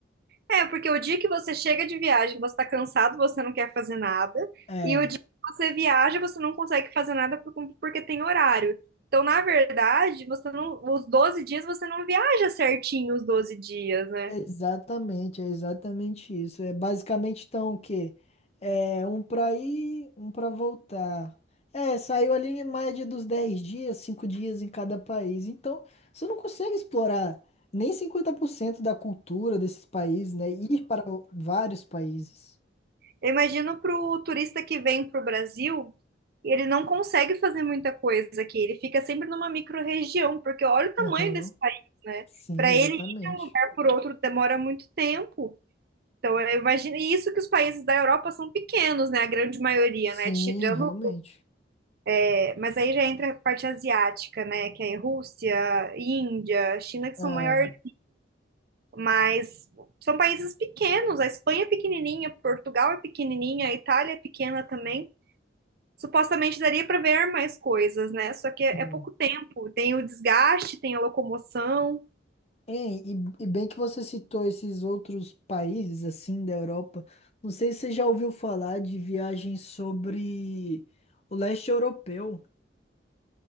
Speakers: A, on the right; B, on the left.
A: É, porque o dia que você chega de viagem, você tá cansado, você não quer fazer nada.
B: É.
A: E o dia que você viaja, você não consegue fazer nada por- porque tem horário. Então, na verdade, você não, os 12 dias você não viaja certinho os 12 dias, né?
B: Exatamente, é exatamente isso. É basicamente então o quê? É um para ir, um para voltar. É, saiu ali em média dos 10 dias, 5 dias em cada país. Então, você não consegue explorar nem 50% da cultura desses países, né? Ir para o- vários países.
A: Eu imagino pro turista que vem pro Brasil, ele não consegue fazer muita coisa aqui. Ele fica sempre numa micro-região, porque olha o tamanho
B: Aham.
A: desse país, né?
B: Sim,
A: Para
B: exatamente.
A: ele ir de um lugar por outro demora muito tempo. Então, eu imagino, e isso que os países da Europa são pequenos, né? A grande maioria,
B: Sim,
A: né? Tirando,
B: realmente.
A: é, mas aí já entra a parte asiática, né? Que é Rússia, Índia, China, que
B: É.
A: são maiores, mas são países pequenos. A Espanha é pequenininha, Portugal é pequenininha, a Itália é pequena também. Supostamente daria para ver mais coisas, né? Só que é,
B: hum.
A: é pouco tempo. Tem o desgaste, tem a locomoção.
B: Hein, e, e bem que você citou esses outros países assim da Europa. Não sei se você já ouviu falar de viagens sobre o leste europeu.